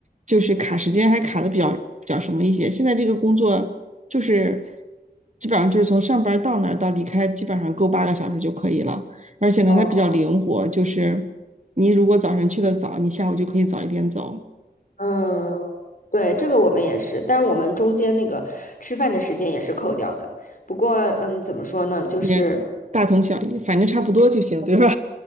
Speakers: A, on the right; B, on the left.
A: 就是卡时间还卡的比较比较什么一些。现在这个工作就是基本上就是从上班到那儿到离开，基本上够八个小时就可以了。而且呢，
B: 哦。
A: 它比较灵活，就是你如果早晨去的早，你下午就可以早一点走。
B: 嗯，对，这个我们也是，但是我们中间那个吃饭的时间也是扣掉的。不过，嗯，怎么说呢，就是
A: 也大同小异，反正差不多就行，对吧？